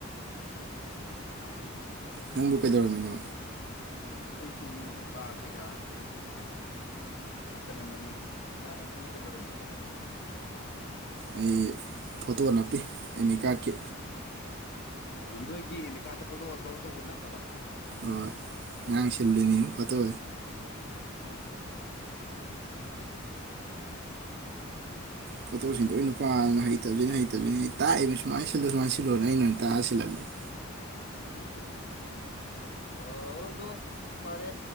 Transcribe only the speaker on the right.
ꯅꯪꯕꯨ ꯀꯩꯗꯧꯔꯝꯃꯤꯅꯣ?
ꯑꯩ ꯐꯣꯇꯣ ꯅꯞꯄꯤ ꯑꯃꯤ ꯀꯥꯔꯠꯀꯤ
ꯍꯣꯏ ꯉꯔꯥꯡ ꯁꯤꯜꯂꯨꯏꯅꯤ ꯎꯝ ꯐꯇꯣ
ꯐꯇꯣ ꯁꯤꯡ ꯂꯣꯏ ꯅꯨꯄꯥꯗꯨꯅ ꯍꯩꯇꯕꯁꯤꯅ ꯍꯩ ꯑꯗꯨꯒꯤ ꯇꯥꯛꯏꯕꯅꯤ, ꯁꯨꯃꯥꯏꯅ ꯁꯤꯜꯂꯨ ꯁꯨꯃꯥꯏꯅ ꯁꯤꯜꯂꯣꯅ ꯑꯩꯅ ꯑꯣꯏꯅ ꯇꯥꯛꯑ ꯁꯤꯜꯍꯜꯂꯤꯅꯤ